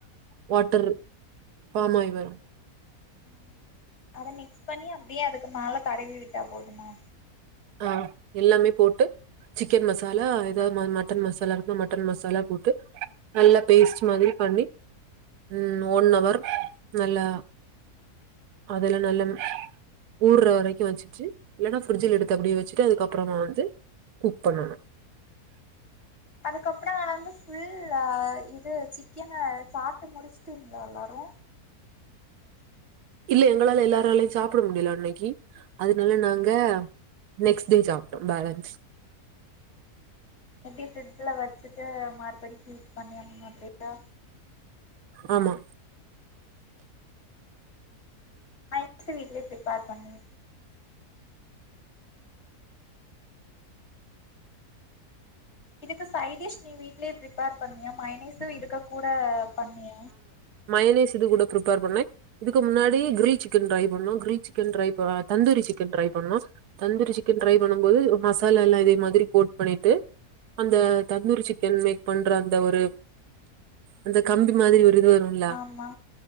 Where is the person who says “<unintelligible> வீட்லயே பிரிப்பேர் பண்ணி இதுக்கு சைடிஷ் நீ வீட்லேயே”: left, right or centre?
Left